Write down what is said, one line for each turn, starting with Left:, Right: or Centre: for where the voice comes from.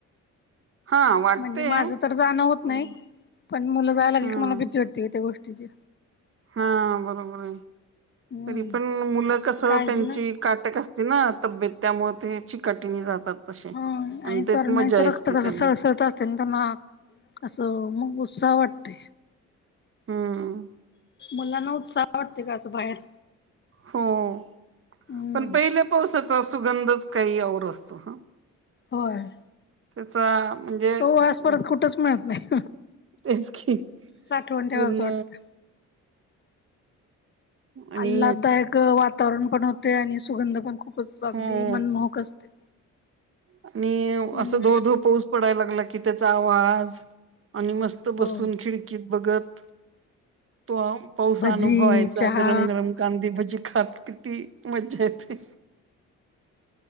Right: हा वाटते
Left: म्हणजे माझं तर जाणं होत
Right: पण
Left: नाही. पण मुलं जायालागली
Right: हम्म
Left: की मला भीती वाटते गं त्या गोष्टीची.
Right: हा बरोबर आहे
Left: हम्म
Right: तरी पण मुलं कस
Left: काळजी
Right: त्यांची
Left: ना.
Right: काटेक अस ते ना तब्येत त्यामुळे ते चिकटिणी जातात. तसे
Left: हां आणि
Right: त्यात
Left: तरूणाईच
Right: मजा
Left: रक्त
Right: असते
Left: कस
Right: त्यांना
Left: सळसळत असतय त्यांना असं मग सावाटत्य
Right: हुं.
Left: मुलांना उत्साह वाटतय गं अस बाहेर.
Right: हों
Left: हम्म
Right: पण पहिल्या पावसाचा सुगंधच- काही और असतो हां.
Left: होय.
Right: त्याचा म्हणजे
Left: तो वास
Right: स-
Left: परत कुठंच मिळत नाही.
Right: तेच की
Left: साठवण ठेवा
Right: पूर्ण
Left: असं वाटतं
Right: आणि
Left: आल्हाददायक अं वातावरण पण होतेय आणि सुगंध पण खूप च अगदी
Right: हो
Left: मनमोहक असते.
Right: आणि
Left: हम्म
Right: असं धो धो पाऊस पडायला लागला की त्याचा वास आणि मस्त
Left: हो
Right: बसून खिडकीत बघत तों आं पाऊस
Left: भजी
Right: अनुभवायचा
Left: चहा
Right: गरम गरम कांदीे भजी खात किती मज जा येते.